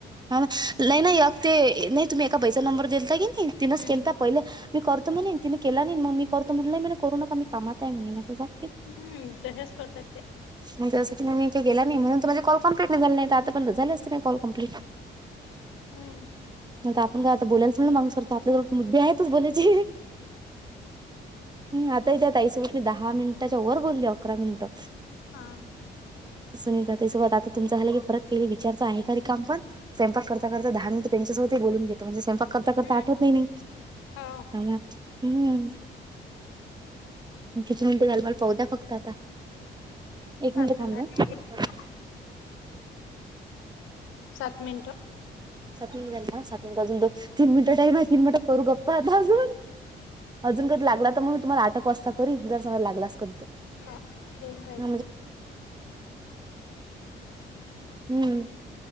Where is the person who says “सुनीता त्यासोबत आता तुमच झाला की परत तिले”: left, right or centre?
Right